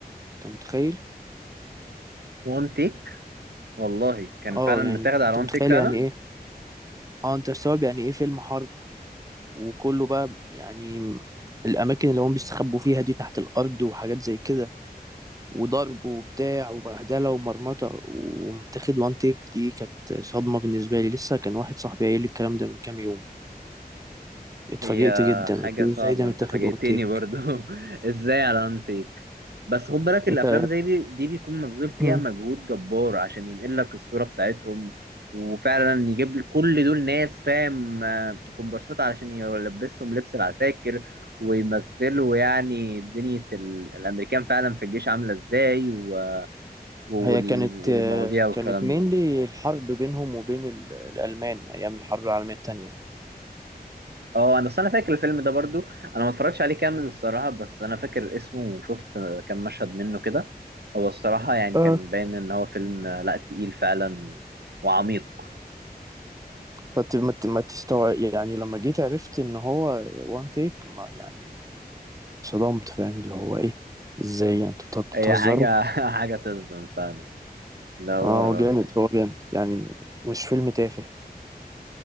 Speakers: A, on the right (about 20°); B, on the right (about 80°).
A: انت متخيل
B: وان تيك والله كان
A: اه
B: فعلا متاخد
A: يعني
B: على
A: انت
B: وان
A: متخيل
B: تيك فعلا
A: يعني ايه اه انت مستوعب يعني ايه فيلم حرب وكله بقى يعني الاماكن اللي هم بيستخبوا فيها دي تحت الارض وحاجات زي كده وضرب وبتاع وبهدلة ومرمطة ومتاخد وان تيك دي كانت صدمة بالنسبة لي لسه كان واحد صاحبي قايل لي الكلام ده من كام يوم اتفاجئت
B: هي
A: جدا
B: حاجة
A: قلت له
B: صعبة
A: ازاي ده متاخد
B: انت فاجئتني
A: وان تيك
B: برضو <laughs> ازاي على انتيك بس خد بالك الافلام
A: انت
B: زي دي دي بيكون مبذول فيها
A: مم.
B: مجهود جبار عشان ينقل لك الصورة بتاعتهم وفعلا يجيب لك كل دول ناس فاهم آه، كومبارسات علشان يلبسهم لبس العساكر ويمثلوا يعني دنيا ال- الامريكان فعلا في الجيش عاملة ازاي و... وال...
A: هي كانت
B: والمواضيع والكلام
A: كانت مينلي
B: ده
A: الحرب بينهم وبين ال- الألمان أيام الحرب العالمية التانية
B: اه انا اصل انا فاكر الفيلم ده برضو انا ما اتفرجتش عليه كامل الصراحه بس انا فاكر اسمه وشفت كام مشهد منه كده هو الصراحه يعني
A: اه
B: كان باين ان هو فيلم لا تقيل فعلا و- وعميق
A: فت- ما ت- ما تستوعب يعني لما جيت عرفت ان هو وان تيك ما يعني صدمت فاهم اللي هو ايه ازاي يعني انتوا بت-
B: هي
A: بتهزروا
B: حاجه <laughs> حاجه تصدم فعلا اللي هو
A: اه هو جامد هو جامد يعني مش فيلم تافه